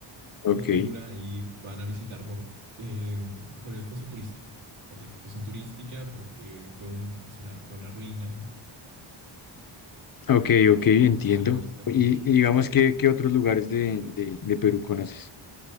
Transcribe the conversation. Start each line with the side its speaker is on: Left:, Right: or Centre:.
Left: ok.
Right: Cultura y van a visitar por, eh, por el costo turístico, por la situación turística, porque fue un, es una, fue una ruina, ¿no?
Left: Ok, ok, entiendo.
Right: Eso suele visitar
Left: Y,
Right: mucho.
Left: y digamos que, ¿qué otros lugares de, de, de Perú conoces?